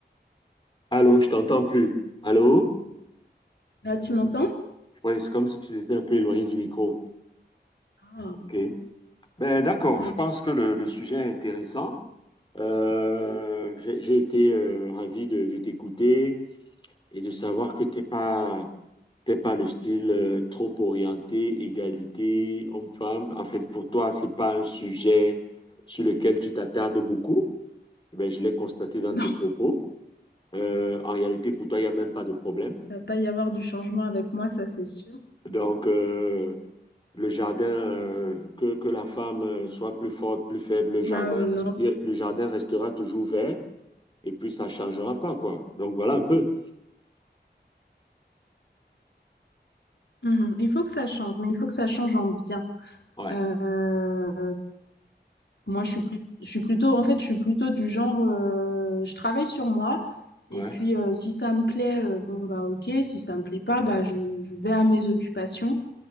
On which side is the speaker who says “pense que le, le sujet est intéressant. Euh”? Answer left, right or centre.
Left